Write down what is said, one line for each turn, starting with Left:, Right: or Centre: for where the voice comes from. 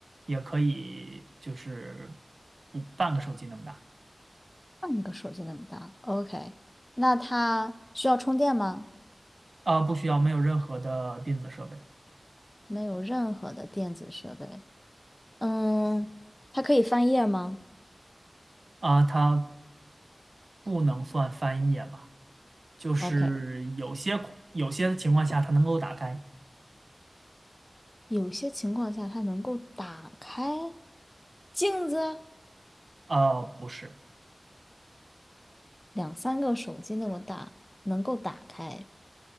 Right: 也可以就是不半个手机那么大。
Left: 半个手机那么大，OK。那它需要充电吗？
Right: 啊、不需要，没有任何的电子设备。
Left: 没有任何的电子设备。嗯，它可以翻页吗
Right: 啊、它不能算翻页吧？就是有些有些情况下它能够打开，
Left: ？OK。有些情况下它能够打开镜子。
Right: 呃，不是，
Left: 两三个手机那么大，能够打开。